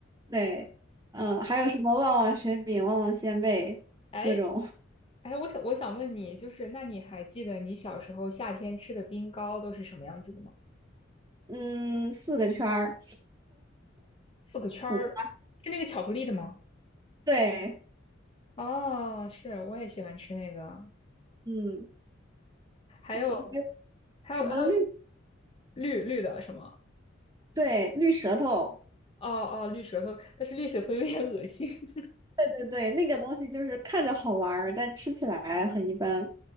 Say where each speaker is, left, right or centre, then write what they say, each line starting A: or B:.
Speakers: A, on the right (about 20°); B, on the left (about 30°).
A: 对，嗯，还有什么旺旺雪饼、旺旺仙贝，
B: 哎
A: 各种，
B: 哎，我想我想问你，就是那你还记得你小时候夏天吃的冰糕都是什么样子的吗？
A: 嗯，四个圈儿，
B: 四个圈儿，
A: 五个，
B: 是那个巧克力的吗？
A: 对，
B: 哦，是，我也喜欢吃那个。
A: 嗯
B: 还有
A: 嗯，还有
B: 还有还有
A: 什么绿，
B: 绿绿的什么？
A: 对，绿舌头，
B: 哦哦，绿舌头，但是绿舌头有点恶心。<laughs>
A: 对对对，那个东西就是看着好玩儿，但吃起来很一般，